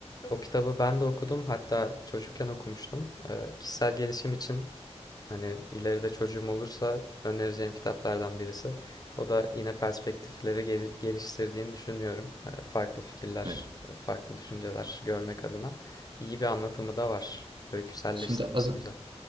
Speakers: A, on the left; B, on the right.
A: O kitabı ben de okudum. Hatta çocukken okumuştum. Ee, kişisel gelişim için Hani ileride çocuğum olursa önereceğim kitaplardan birisi. O da yine perspektifleri gel- geliştirdiğini düşünüyorum. Ee, farklı fikirler,
B: Evet.
A: e, farklı düşünceler görmek adına iyi bir anlatımı da var. Öyküselleştirmesi
B: Şimdi az,
A: güzel.